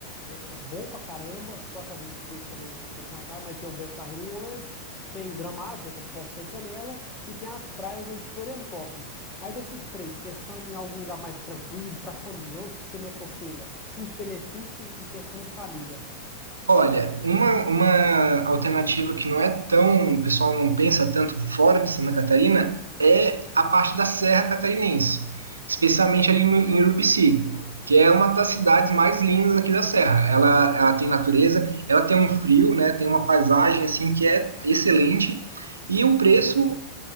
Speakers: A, on the left (about 15°); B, on the right (about 75°).
A: É, é bom pra caramba, só que às vezes o preço também é um pouco mais caro, mas tem o Beto Carreiro World, tem Gramado, né? Que eu posso ficar em Canela, e tem as praias aí de Florianópolis. Mas desses três, pensando em algum lugar mais tranquilo, pra família, onde você me aconselha? Custo-benefício e, e pensando em família.
B: Olha, uma, uma alternativa que não é tão, o pessoal não pensa tanto fora de Santa Catarina é a parte da Serra Catarinense, especialmente
A: Aham,
B: ali no, em Urubici, que é uma das cidades mais lindas aqui da Serra. Ela, ela tem natureza, ela tem um frio, né, tem uma paisagem assim que é excelente e o preço,
A: aham,